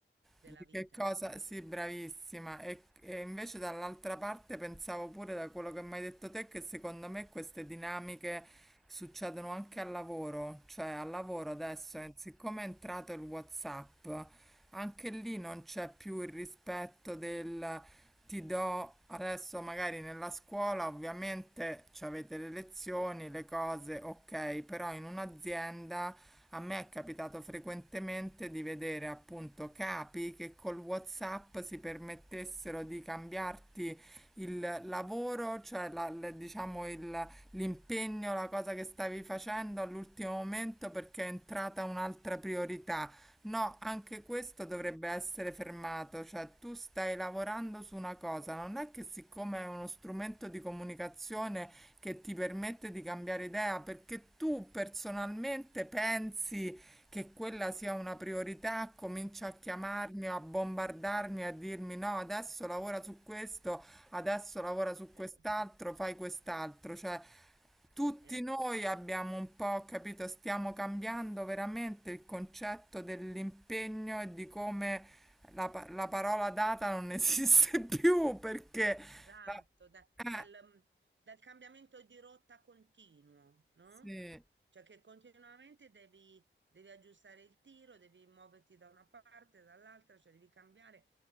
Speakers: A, on the right (about 60°); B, in the centre.
A: della
B: Di
A: vita.
B: che cosa? Sì, bravissima. E, e invece dall'altra parte pensavo pure da quello che mi hai detto te che secondo me queste dinamiche succedono anche al lavoro, cioè al lavoro adesso,
A: Mm.
B: eh, siccome è entrato il WhatsApp, anche lì non c'è più il rispetto del ti do adesso magari nella scuola, ovviamente ci avete le lezioni, le cose, ok, però in un'azienda a me è capitato frequentemente di vedere appunto capi che col WhatsApp si permettessero di cambiarti il lavoro, cioè la- l- diciamo il- l'impegno, la cosa che stavi facendo all'ultimo momento perché è entrata un'altra priorità. No, anche questo dovrebbe essere fermato, cioè tu stai lavorando su una cosa, non è che siccome è uno strumento di comunicazione che ti permette di cambiare idea, perché tu personalmente pensi che quella sia una priorità, comincia a chiamarmi,
A: Eh,
B: a bombardarmi, a dirmi no, adesso
A: eh,
B: lavora su questo, adesso lavora su
A: eh,
B: quest'altro, fai quest'altro. Cioè, tutti
A: eh,
B: noi abbiamo un po', capito, stiamo cambiando veramente il concetto dell'impegno e di come la, pa- la parola data non esiste <laughs> più perché...
A: esatto,
B: la-
A: da-
B: eh,
A: dal, mm, dal cambiamento di rotta continuo, no?
B: sì.
A: Cioè che continuamente devi, devi aggiustare il tiro, devi muoverti da una parte, dall'altra, cioè devi cambiare.